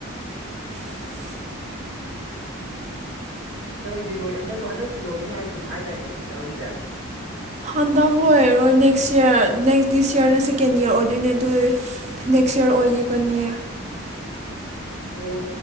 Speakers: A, on the right; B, on the right.
A: <inaudible>
B: ꯁꯤꯁꯇꯔ ꯍꯣꯏꯗꯤ ꯂꯣꯏ ꯍꯟꯗꯛ ꯍꯟꯛ ꯂꯣꯏꯅꯤ ꯍꯥꯏꯒꯨꯝ ꯍꯥꯏꯗꯥꯏꯅꯦ ꯁꯤꯇꯔ ꯍꯣꯏꯒꯤꯁꯦ
A: ꯍꯟꯗꯛ ꯂꯣꯏꯔꯔꯣꯏ ꯅꯦꯛꯁ ꯌꯔ ꯅꯦꯛꯁ ꯗꯤꯁ ꯏꯌꯔꯅ ꯁꯦꯀꯦꯟ ꯏꯌꯔ ꯑꯣꯏꯗꯣꯏꯅꯦ ꯑꯗꯨ ꯅꯦꯛꯁꯌꯔ ꯑꯣꯏꯒꯤꯒꯅꯤ
B: ꯑꯣ